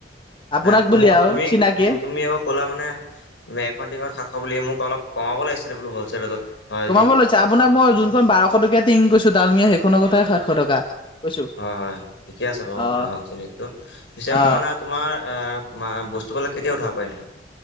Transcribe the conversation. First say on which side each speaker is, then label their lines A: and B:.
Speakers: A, on the left; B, on the left.
A: আপোনাক
B: ন
A: বুলি
B: ম
A: আৰু
B: তুমি
A: চিনাকি
B: তুমি আকৌ কলা মানে এখন টিঙত সাতশ বুলি। মোক অলপ কমাব লাগিছিলে বোলো হ'লছেল ৰেটত হয়
A: কমাব
B: যদি
A: লৈছো আপোনাক মই যোনখন বাৰশ টকীয়া টিং কৈছো ডালমিয়া সেইখনৰ কথা সাতশ টকা। কৈছো
B: হয় হয় ঠিকে আছে বাৰু
A: অ
B: হ'লচেল ৰেটটো পিছে
A: অ
B: মই মানে তোমাৰ বস্তুবিলাক কেতিয়া উঠাব পাৰিম?